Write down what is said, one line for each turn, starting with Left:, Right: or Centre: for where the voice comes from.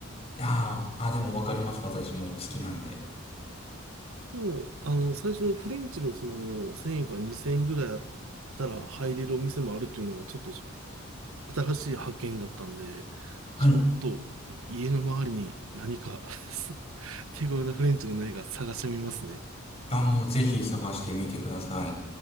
Left: あーあ、でもわかります。私も好きなんで。
Right: でも、あの、最初のフレンチもその、1000円から2000円ぐらいあったら入れるお店もあるっていうのが、ちょっと新しい発見だったんで、
Left: はい。
Right: ちょっと家の周りに何か <laughs> 手頃なフレンチがないか探してみますね。
Left: あ、もうぜひ探してみてください。